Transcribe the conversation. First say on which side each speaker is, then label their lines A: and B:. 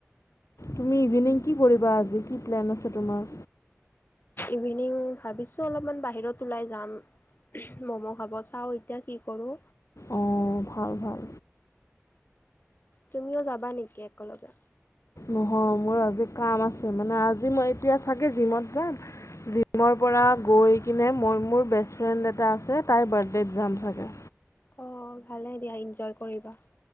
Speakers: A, on the left; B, on the left.
A: তুমি ইভিনিং কি কৰিবা আজি, কি প্লেন আছে তোমাৰ?
B: ইভিনিং ভাবিছো, অলপমান বাহিৰত ওলাই যাম। ম'ম' খাব, চাওঁ এতিয়া কি কৰোঁ।
A: অ, ভাল, ভাল।
B: তুমিও যাবা নেকি একেলগে?
A: নহয়, মোৰ আজি কাম আছে। মানে আজি মই এতিয়া চাগে জিমত যাম। জিমৰ পৰা গৈ কিনে, মই মোৰ বেষ্ট ফ্ৰেণ্ড এটা আছে তাইৰ বাৰ্থডেত যাম চাগে।
B: অ' ভালে দিয়া এনজয় কৰিবা।